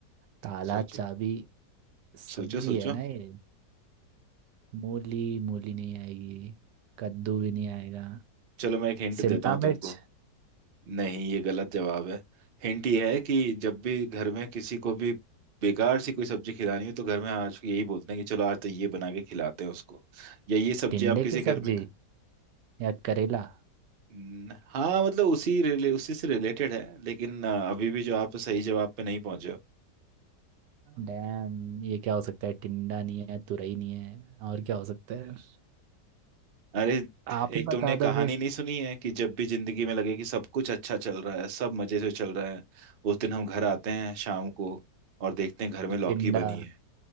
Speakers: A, on the right; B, on the right.
A: ताला
B: सोचो
A: चाबी सब्जी
B: सोचो सोचो
A: है ना ये मूली मूली नहीं आएगी कद्दू भी नहीं आएगा
B: चलो मैं एक हिंट
A: शिमला
B: देता हूँ तुमको
A: मिर्च
B: नहीं ये गलत जवाब है हिंट ये है कि जब भी घर में किसी को भी बेकार सी कोई सब्जी खिलानी हो तो घर में आज यही बोलते हैं कि चलो आज तो ये बना के खिलाते हैं उसको या ये सब्जी
A: टिंडे
B: आप किसी
A: की
B: घर
A: सब्जी
B: में
A: या करेला
B: न- हाँ मतलब उसी रिले उसी से रिलेटेड है लेकिन अ, अभी भी जो आप सही जवाब पे नहीं पहुंचे हो
A: डैम ये क्या हो सकता है टिंडा नहीं है तुरई नहीं है और क्या हो सकता है
B: अरे
A: आप ही
B: एक
A: बता
B: तुमने कहानी
A: दो फिर
B: नहीं सुनी है कि जब भी जिंदगी में लगे कि सब कुछ अच्छा चल रहा है सब मजे से चल रहा है उस दिन हम घर आते हैं शाम को और देखते हैं घर में लौकी
A: टिंडा
B: बनी है